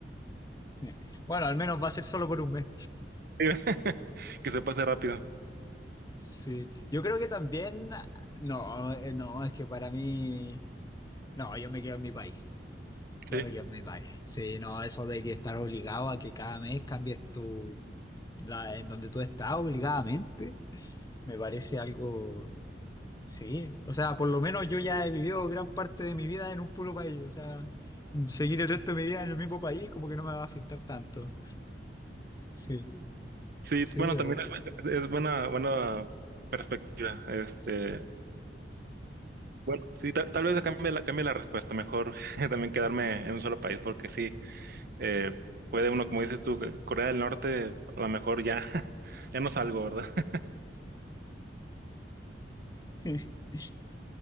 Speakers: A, on the left; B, on the right.
A: <laughs> Bueno, al menos va a ser solo por un mes.
B: país, <laughs> que se pase rápido.
A: Sí. Yo creo que también. No, eh, no, es que para mí. No, yo me quedo en mi país. Ya
B: Sí,
A: me quedo en mi país. Sí, no, eso de que estar obligado a que cada mes cambies tu. La, en donde tú estás obligadamente, me parece algo. Sí, o sea, por lo menos yo ya he vivido gran parte de mi vida en un puro país. O sea, seguir el resto de mi vida en el mismo país, como que no me va a afectar tanto. Sí,
B: sí,
A: sí,
B: bueno,
A: de verdad.
B: también es, es buena, buena perspectiva. Este, bueno, sí, tal, tal vez cambie la, cambie la respuesta. Mejor <laughs> también quedarme en un solo país, porque sí, eh, puede uno, como dices tú, Corea del Norte, a lo mejor ya, <laughs> ya no salgo, ¿verdad? <laughs>
A: Sí. <laughs>